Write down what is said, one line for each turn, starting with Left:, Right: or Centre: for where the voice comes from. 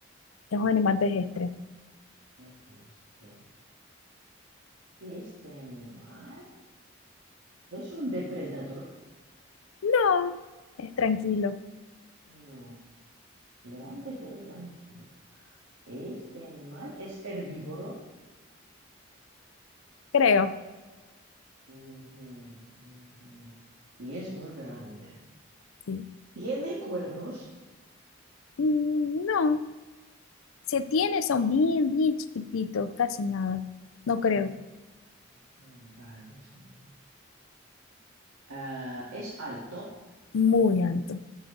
Left: Es un animal terrestre.
Right: Terrestre. ¿Este animal es un depredador?
Left: No. Es tranquilo.
Right: No, grande, pero tranquilo. ¿Este animal es herbívoro?
Left: Creo.
Right: Ujú, ujú. Y es muy grande.
Left: Sí.
Right: ¿Tiene cuernos?
Left: Mm, no. Se tiene, son bien, bien chiquititos, casi nada. No creo.
Right: Mm, mm, Vale, es una... Ah, es alto,
Left: Muy alto.